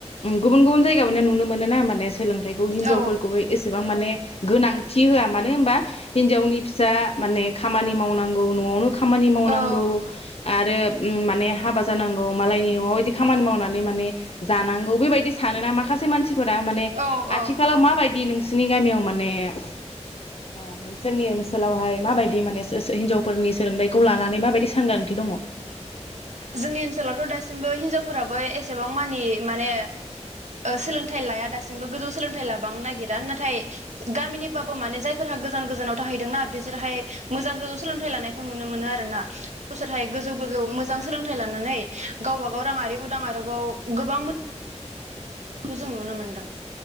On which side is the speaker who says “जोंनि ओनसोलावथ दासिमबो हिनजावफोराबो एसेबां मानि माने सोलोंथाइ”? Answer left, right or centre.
Right